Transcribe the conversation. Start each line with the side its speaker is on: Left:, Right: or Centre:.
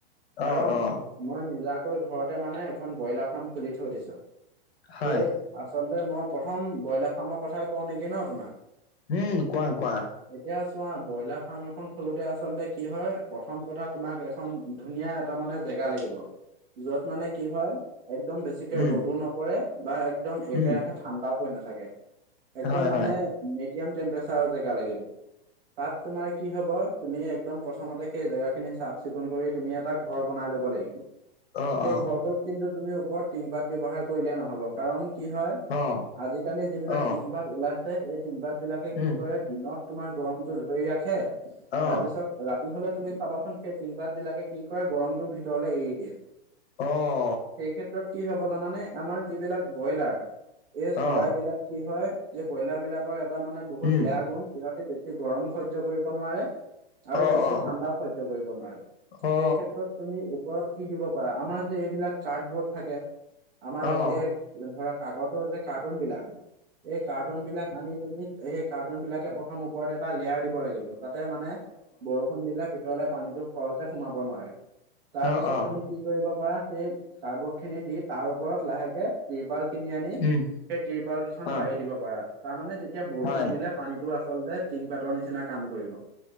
Right: কাৰণ
Left: অ অ
Right: <unintelligible> মই নিজাকৈ ঘৰতে মানে এখন ব্ৰইলাৰ ফাৰ্ম খুলি থৈ দিছোঁ।
Left: হয়
Right: সেই <inaudible> আচলতে মই প্ৰথম ব্ৰইলাৰ ফাৰ্মৰ কথাই কওঁ নেকি ন তোমাক? <inaudible>
Left: উম! কোৱা-কোৱা। <unintelligible>
Right: এতিয়া চোৱা ব্ৰইলাৰ ফাৰ্ম এখন খোলোতে আচলতে কি হয় প্ৰথম কথা তোমাক <unintelligible> এখন ধুনীয়া এটা মানে জেগা লাগিব। <inaudible> যত মানে কি হয় একদম বেছিকে
Left: উম
Right: ৰ'দো নপৰে বা একদম একেৰাহে
Left: উম
Right: <inaudible> ঠাণ্ডাও হৈ নাথাকে। একদম
Left: হয়
Right: মানে
Left: হয়
Right: মিডিয়াম টেম্পাৰেচাৰৰ জেগা লাগিব। <unintelligible> তাত তোমাৰ কি হব তুমি একদম প্ৰথমতে সেই জেগাখিনি চাফ-চিকুণ কৰি <unintelligible> তুমি এটা ঘৰ বনাই ল'ব লাগিব। <inaudible>
Left: অ
Right: সেই
Left: অ
Right: ঘৰটোত কিন্তু তুমি ওপৰত টিংপাত ব্যৱহাৰ কৰিলে নহ'ব। কাৰণ <unintelligible> কি হয়
Left: অ
Right: আজিকালি যিবিলাক
Left: অ
Right: টিংপাত ওলাইছে এই টিংপাত বিলাকে কি
Left: উম
Right: কৰে দিনত তোমাৰ গৰমতটো ধৰি ৰাখে
Left: অ
Right: তাৰপিছত ৰাতি হলে তুমি চাবাচোন সেই টিংপাত বিলাকে কি কৰে গৰমটো ভিতৰলে এৰি দিয়ে
Left: অহ
Right: সেই ক্ষেত্ৰত কি হব জানানে আমাৰ যিবিলাক ব্ৰইলাৰ এই চৰাই
Left: অ
Right: বিলাক কি হয় এই ব্ৰইলাৰ বিলাকৰ এটা মানে বহুত
Left: উম
Right: বেয়া গুণ ইহঁতে সি গৰমো সহ্যয় কৰিব নোৱাৰে আৰু
Left: অ
Right: বেছি
Left: অ
Right: ঠাণ্ডাও সহ্য কৰিব নোৱাৰে
Left: অ অ
Right: সেই ক্ষেত্ৰত তুমি ওপৰত কি দিব পাৰা আমাৰ যে এইবিলাক কাৰ্ডবৰ্ড থাকে আমাৰ
Left: অ অ
Right: এই ধৰা কাগজৰ যে কাৰ্টুন বিলাক এই কাৰ্টুন বিলাক আনি তুমি সেই কাৰ্টুন বিলাকে প্ৰথম ওপৰত এটা লেয়াৰ দিব লাগিব যাতে মানে বৰষুণ দিলে ভিতৰলে পানীতো খৰকে সোমাব নোৱাৰে তাৰ
Left: অ
Right: পিছত
Left: অ অ
Right: তুমি কি কৰিব পাৰা সেই কাৰ্ডব'ৰ্ড খিনি দি তাৰ ওপৰত লাহেকে টিপাৰ কিনি আনি সেই
Left: উম।
Right: টিৰপাল কেইখন
Left: অ
Right: পাৰি দিব পাৰা তাৰ মানে তেতিয়া বৰষুণ
Left: হয়
Right: দিলে পানীতো আচলতে টিং পাতৰ নিচিনা কাম কৰিব